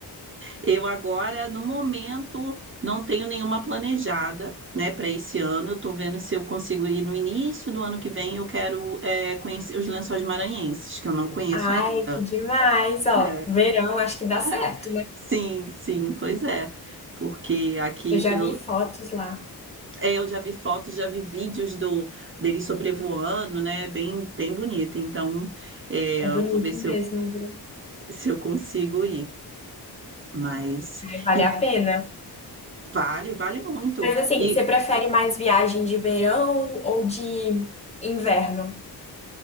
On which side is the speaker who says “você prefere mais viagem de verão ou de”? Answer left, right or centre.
Left